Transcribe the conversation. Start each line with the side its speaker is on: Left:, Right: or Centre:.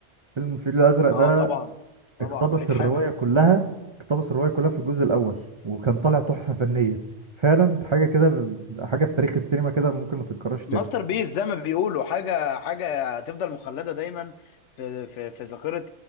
Right: فيلم الفيل الازرق
Left: اه
Right: ده
Left: طبعا طبعا
Right: اقتبس
Left: وحيد
Right: الرواية
Left: حامد
Right: كلها اقتبس الرواية كلها في الجزء الأول وكان طالع تحفة فنية فعلا حاجة كده ب- حاجة في تاريخ السينما كده ممكن ما تتكررش
Left: ماستر
Right: تاني
Left: بيس زي ما بيقولوا حاجه حاجه تفضل مخلده دايما في في في ذاكره